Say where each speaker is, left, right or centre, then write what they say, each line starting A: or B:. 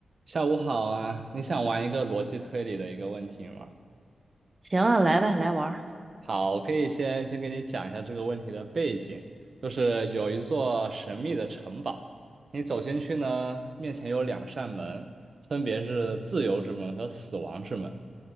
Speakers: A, on the right; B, on the right.
A: 下午好啊，你想玩一个逻辑推理的一个问题吗？
B: 行啊，来呗，来玩儿。
A: 好，我可以先先给你讲一下这个问题的背景，就是有一座神秘的城堡，你走进去呢，面前有两扇门，分别是自由之门和死亡之门，